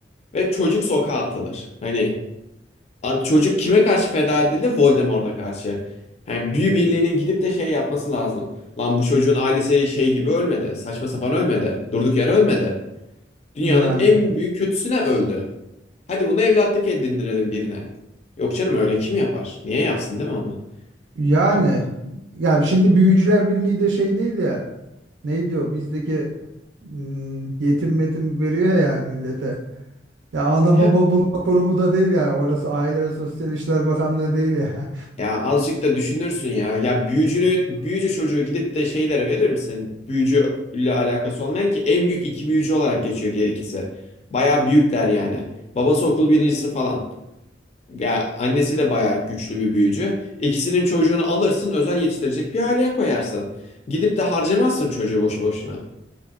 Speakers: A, on the left; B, on the right.
A: ve çocuk sokağa atılır. Hani Abi çocuk kime karşı feda edildi? Voldemort'a karşı. Yani büyü birliğinin gidip de şey yapması lazım. Lan bu çocuğun ailesi şey gibi ölmedi. Saçma sapan ölmedi. Durduk yere ölmedi. Dünyanın
B: Yani
A: en büyük kötüsüne öldü. Hadi bunu evlatlık edindirelim birine. Yok canım öyle kim yapar? Niye yapsın değil mi onu?
B: yani
A: Ya,
B: ya şimdi Büyücüler Birliği de şey değil ya neydi o bizdeki mm, yetim metim veriyor ya millete. Ya ana
A: ya
B: baba bulma kurumu da değil ya orası Aile ve Sosyal İşler Bakanlığı değil ya. <laughs>
A: Ya azıcık da düşünürsün ya. Ya büyücünü, büyücü çocuğu gidip de şeylere verir misin? Büyücüyle alakası olmayan ki en büyük iki büyücü olarak geçiyor diğer ikisi. Bayağı büyükler yani. Babası okul birincisi falan. Ya annesi de bayağı güçlü bir büyücü. İkisinin çocuğunu alırsın, özel yetiştirecek bir aileye koyarsın. Gidip de harcamazsın çocuğu boşu boşuna.